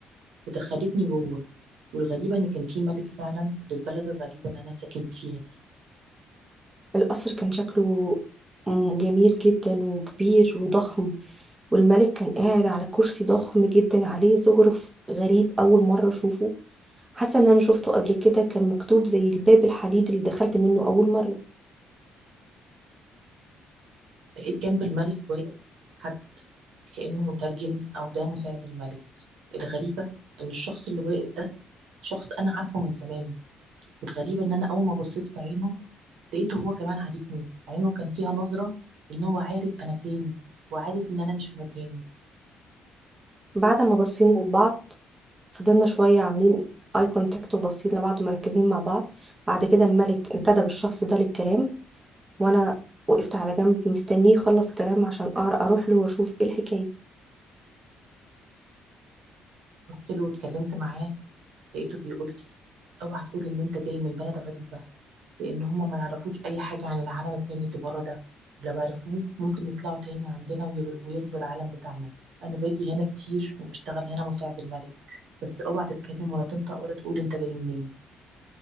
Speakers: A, on the right; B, on the right.
A: ودخلتني جوه والغريبة إن كان في ملك فعلا للبلد الغريبة اللي أنا ساكن فيها دي
B: القصر كان شكله م- جميل جدا وكبير وضخم والملك كان قاعد على كرسي ضخم جدا عليه زخرف غريب أول مرة أشوفه حاسة إن أنا شفته قبل كده كان مكتوب زي الباب الحديد اللي دخلت منه أول مرة
A: لقيت جنب الملك واقف حد كأنه مترجم أو ده مساعد الملك الغريبة إن الشخص اللي واقف ده شخص أنا عارفه من زمان والغريبة إن أنا أول ما بصيت في عينه لقيته هو كمان عارفني عينه كان فيها نظرة إن هو عارف أنا فين وعارف إن أنا مش في مكاني
B: بعد ما بصينا لبعض فضلنا شوية عاملين اي كونتاكت وباصين لبعض مركزين مع بعض بعد كده الملك انتدب الشخص ده للكلام وانا وقفت على جنب مستنيه يخلص كلام عشان أعرف اروح له واشوف ايه الحكايه
A: رحت له واتكلمت معاه لقيته بيقول لي أوعى تقول إن أنت جاي من بلد غريبة لان هم ما يعرفوش اي حاجه عن العالم التاني اللي بره ده لو عرفوه ممكن يطلعوا تاني عندنا ويغ- ويغزوا العالم بتاعنا انا باجي هنا كتير وبشتغل هنا مساعد الملك بس اوعى تتكلم ولا تنطق ولا تقول انت جاي منين